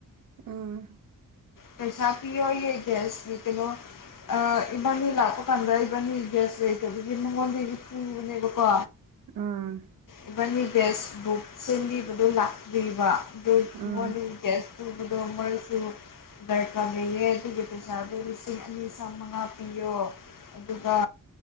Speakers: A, on the right (about 85°); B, on the left (about 70°).
A: ꯑꯥ
B: ꯄꯩꯁꯥ ꯄꯤꯑꯣꯌꯦ ꯦꯁ ꯀꯩꯅꯣ ꯑ ꯏꯕꯥꯅꯤ ꯂꯥꯛꯄ ꯀꯥꯟꯗ ꯏꯕꯥꯅꯤ ꯦꯁ ꯂꯩꯇꯕꯒꯤ ꯅꯪꯉꯣꯟꯗꯗꯤ ꯄꯨꯨꯕꯅꯦꯕꯀꯣ
A: ꯎꯝ
B: ꯏꯕꯥꯅꯤ ꯕꯦꯁ ꯕꯨꯛ ꯁꯦꯝꯕꯤꯕꯗꯨꯣ ꯂꯥꯛꯂꯤꯕ ꯗ
A: ꯑꯥ
B: ꯃꯣꯔꯅꯤꯡ ꯦꯁ ꯊ ꯗꯔꯁꯨ ꯩꯀꯥ ꯂꯩꯌꯦ ꯇꯒꯇ ꯁꯥꯕꯗꯒꯤ ꯁꯝꯅ ꯄꯤꯣ ꯑꯗꯨꯒ